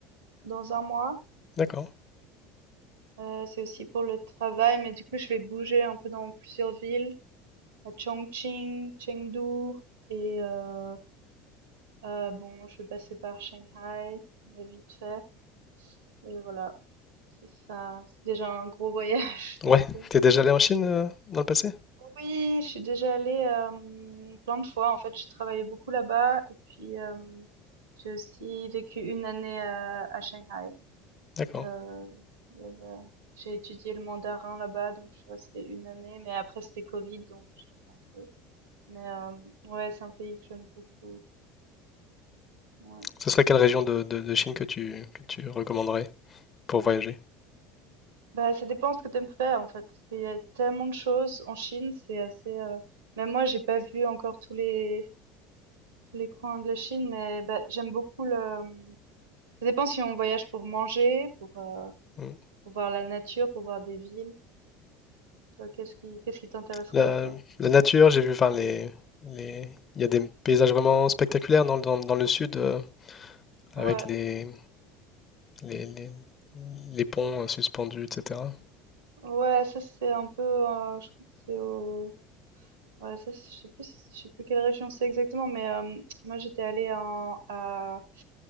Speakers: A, on the right (about 80°); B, on the left (about 35°).
A: dans un mois.
B: D'accord.
A: Heu, c'est aussi pour le travail, mais du coup, je vais bouger un peu dans plusieurs villes, à Chongqing, Chengdu et heu heu, bon, je vais passer par Shanghai, mais vite fait et voilà. C'est ça, c'est déjà un gros voyage <laughs>
B: Ouais,
A: donc heu
B: t'es déjà allé en Chine euh, dans le passé?
A: oui, je suis déjà allée, hem, plein de fois. En fait, je travaillais beaucoup là-bas et puis, hem, j'ai aussi vécu une année à à Shanghai.
B: D'accord.
A: Euh, il y avait- J'ai étudié le mandarin là-bas, donc je suis restée une année, mais après c'était Covid, donc je suis rentrée. Mais euh, ouais, c'est un pays que j'aime beaucoup. Ouais.
B: Ce serait quelle région de, de- de Chine que tu, que tu recommanderais pour voyager?
A: Bah, ça dépend ce que t'aimes faire en fait, parce qu'il y a tellement de choses en Chine, c'est assez. euh, Même moi, j'ai pas vu encore tous les tous les coins de la Chine, mais bah, j'aime beaucoup le. Ça dépend si on voyage pour manger, pour euh,
B: Hmm.
A: pour voir la nature, pour voir des villes. Toi, qu'est-ce qui qu'est-ce qui t'intéresserait
B: La,
A: à toi?
B: la nature, j'ai vu, enfin, les, les... il y a des paysages vraiment spectaculaires dans, le- dans, dans le sud, euh,
A: Ouais.
B: avec les, les, les- les ponts euh, suspendus, etc.
A: Ouais, ça c'est un peu, euh, je crois que c'est au, ouais, ça c'est- je sais plus, je sais plus quelle région c'est exactement, mais euh, moi j'étais allée en, à,